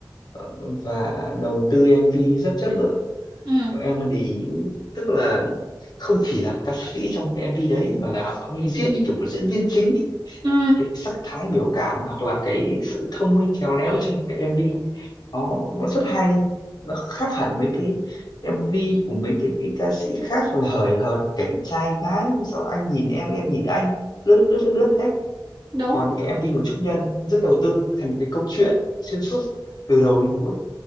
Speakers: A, on the left; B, on the right.
A: ờ, và đầu tư MV rất chất lượng
B: ừ
A: Nếu em mà để ý tức là không chỉ là ca sĩ trong cái MV đấy mà là ông ấy diễn như kiểu một diễn viên chính
B: ừ
A: cái sắc thái biểu cảm hoặc là cái sự thông minh khéo léo trong cái MV nó nó nó rất hay nó khác hẳn mấy cái MV của mấy cái, cái ca sĩ khác là hời hợt cảnh trai gái sao anh nhìn em em nhìn anh lướt lướt lướt lướt hết
B: đúng
A: còn những cái MV của Trúc Nhân rất đầu tư nó thành một cái câu chuyện xuyên suốt từ đầu đến cuối